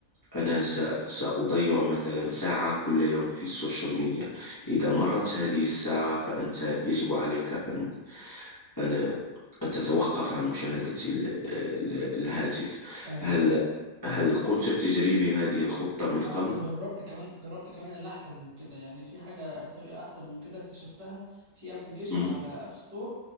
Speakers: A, on the left; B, on the right.
A: أنا س- سأضيع مثلا ساعة كل يوم في السوشيال ميديا إذا مرت هذه الساعة فأنت يجب عليك أن أن أن تتوقف عن مشاهدة ال- ال- الهاتف
B: ايوه
A: هل هل قمت بتجريب هذه الخطة من قبل؟
B: لا انا جربت كمان جربت كمان اللي احسن من كده يعني في حاجه طريقه احسن من كده اكتشفتها في ابلكيشن
A: مم،
B: على اب ستور